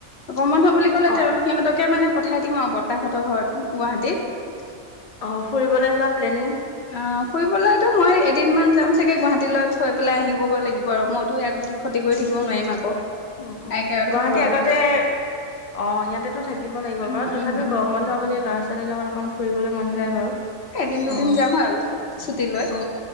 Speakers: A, on the left; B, on the left.
A: গৰম বন্ধ বুলি ক'লে
B: অ
A: তেওঁ সিহঁতকে মানে পঠাই দিম আৰু বৰ্তাকহতৰ ঘৰত। গুৱাহাটীত
B: অ ফুৰিবলৈ যোৱা প্লেনিং
A: অ ফুৰিবলেতো মই এদিন মান যাম। চাগে গুৱাহাটীলৈ থৈ পেলাই আহিব গৈ লাগিব আৰু মইতো ইয়াত খতি কৰি থাকিব নোৱাৰিম আকৌ।
B: অ
A: তাই
B: অ
A: কেয়াৰত
B: গুৱাহাটী
A: থাকিব লাগিব।
B: আগতে অ ইয়াতেতো থাকিব লাগিব
A: উম
B: বাৰু। তথাপিও
A: উম উম
B: গৰম বন্ধ বুলি ল'ৰা ছোৱালী লগত ফুৰিবলে মন
A: উম।
B: যায় বাৰু
A: এদিন দুদিন
B: অ
A: যাম আৰু ছুটি লৈ
B: অ।